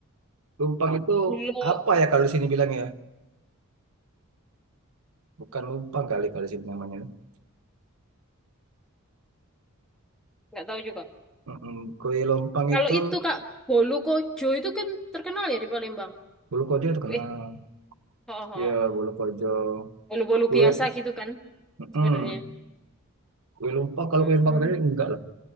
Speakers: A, on the right; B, in the centre.
A: Lumpang itu
B: Gulo.
A: apa ya kalau di sini bilangnya? bukan lumpang kali kalau sih namanya.
B: Nggak tahu juga.
A: Mm-mm. Kue lompang
B: Kalau
A: itu
B: itu Kak, bolu kojo itu kan terkenal ya di Palembang.
A: bulu kojo terkenal.
B: Eh, oh, oh,
A: ya
B: oh.
A: bulu kojo.
B: Bolu-bolu
A: Kue,
B: biasa gitu kan
A: mm-mm.
B: sebenarnya.
A: Kue lumpang kalau
B: Mm-mm.
A: kue lumpang tadi enggak lah.